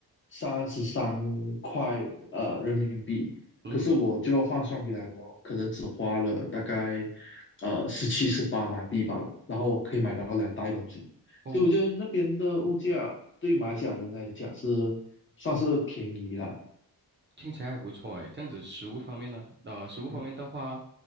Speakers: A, on the left; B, on the right.
A: 三十三块呃人民币，
B: 嗯，
A: 可是我就要换算回来，我可能只花了大概呃十七、十八马币罢了，然后我可以买到两袋东西，
B: 哦，
A: 所以我觉得那边的物价对马来西亚人来讲是算是便宜了。
B: 听起来还不错诶。这样子食物方面呢，呃，食物方面的话，
A: 嗯。